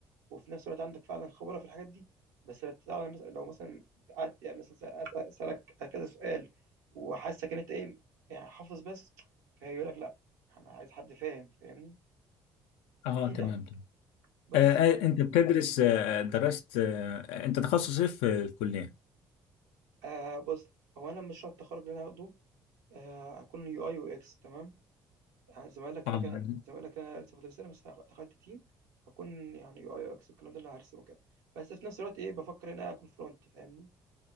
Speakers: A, on the right (about 85°); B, on the left (about 75°).
A: وفي نفس الوقت عندك فعلًا خبرة في الحاجات دي، بس لو تعرف مثلًا لو مثلًا قعدت يعني مثلًا س أس أسألك كذا سؤال وحاسسك إن أنت إيه، يعني حافظ بس فهيقول لك لأ، أنا عايز حد فاهم، فاهمني؟
B: اه
A: أكيد
B: تمام
A: يعني،
B: تمام
A: بس
B: آه آه،
A: ف
B: انت بتدرس آه درست آه انت تخصص ايه في الكليه
A: آآ بُص، هو أنا مشروع التخرُّج اللي أنا هاخده آآ هاكون UI وX تمام؟ يعني زمايلك كده،
B: اه
A: كده زمايلك كده أنا لسه فاضل لي سنة بس هاخ دخلت team هاكون يعني UI وX والكلام ده اللي هارسم وكده، بس في نفس الوقت إيه، بافكّر إن أنا أكون front فاهمني؟